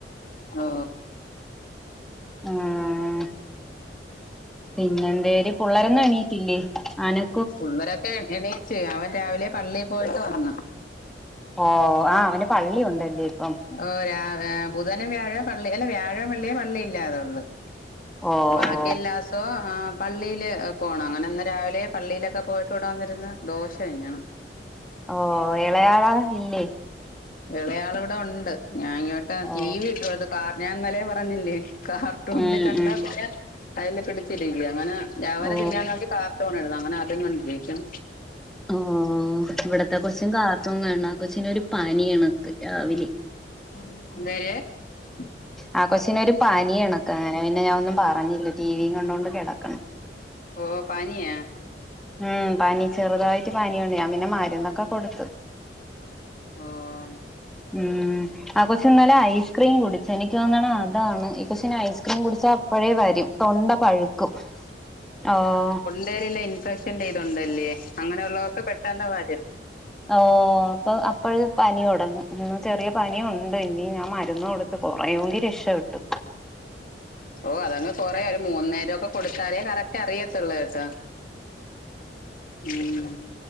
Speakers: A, on the left; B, in the centre.
A: ഓഹ
B: ആഹ പിന്നെ എന്തര് പള്ളരൊന്നും എണീട്ടില്ലേ ആന
A: ഉവ എണീച്ചു അവൻ രാവിലെ പള്ളിയിൽ പോയിട്ട് വന്നു
B: ഓഹ ആഹ അവന് പള്ളി ഉണ്ടല്ലേ ഇപ്പം
A: ഓഹ രാ ബുധനം വ്യാഴ പള്ളി അല്ല വ്യാഴ വെള്ളിയെ പള്ളിയില്ലാതെ ഉള്ളു
B: ഓ
A: <unintelligible>
B: ഓ
A: എല്ലാസവും ആഹ പള്ളിയില് പോകണം അങ്ങനെ ഒന്ന് രാവിലെ പള്ളിയിലൊക്കെ പോയിട്ട് ഇവിടെ വന്നിന്ന് ദോശ കഴിക്കണു
B: ഓഹ ഇളയാള ഇല്ലേ
A: ഇളയാള ഇവിടെ ഉണ്ട് ഞാൻ ഇങ്ങോട്ട്
B: ഓ
A: ടി വി ഇട്ട് കൊടുത്തു ഞാൻന്നലെ പറഞ്ഞില്ലേ കാർട്ടൂണില്
B: ഉം
A: കണ്ട
B: ഉം
A: പിന്നെ അതില് പിടിച്ചിരിക്കും അങ്ങനെ രഞവൻ
B: ഓ
A: തിന്നാണോങ്കി കാർട്ടൂണ് ഇടണം അങ്ങനെ അത് കണ്ടിരിക്കും
B: ഓഹ ഇവിടത്തെ കൊച്ചും കാർട്ടൂണ് കാണ ആഹ കൊച്ചിനൊരു പനിയാണ് രാവിലെ
A: <unintelligible>
B: ആഹ കൊച്ചിനൊ ഒരു പനി എണക്ക് അങ്ങനെ പിന്നെ ഞാൻ ഒന്നും പറഞ്ഞില്ല ടിവിയും കണ്ടൊണ്ട് കിടക്കണം
A: ഓഹ പാനിയാ
B: ഉം പനി ചെറുതായിട്ട് പാനിയുണ്ട് ഞാൻ പിന്നെ മരുന്നൊക്കെ കൊടുത്ത
A: ഓഹ
B: ഉം ആഹ കൊച്ച ഇന്നലെ ഐസ്ക്രീം കുടിച്ച് എനിക്ക് തോന്നാണ് അത് ഇതാണ് ഈ കൊച്ചിനു ഐസ്ക്രീം കുടിച്ചാൽ അപ്പഴേ വരും തൊണ്ട പഴുക്കും ആഹ
A: എന്തേല ഇൻഫെക്ഷൻ ചെയ്തുണ്ടല്ലേ അങ്ങനെ ഉുള്ളവർക്ക് പെട്ടന്ന് വരും
B: ഓഹ അപ്പൊ അപ്പഴ പനി തുടങ്ങും ഇന്ന് ചെറിയ പനി ഉണ്ട് ഇനി ഞാൻ മരുന്ന് കൊടുക്ക കുറയൂങ്കി രക്ഷപെട്ടു
A: ഓഹ അതങ് കുറേ ഒരു മൂന്ന നേരം ഒക്കെ കൊടുത്താലേ കറക് അറിയത്തുള്ള കേട്ടാ ഉം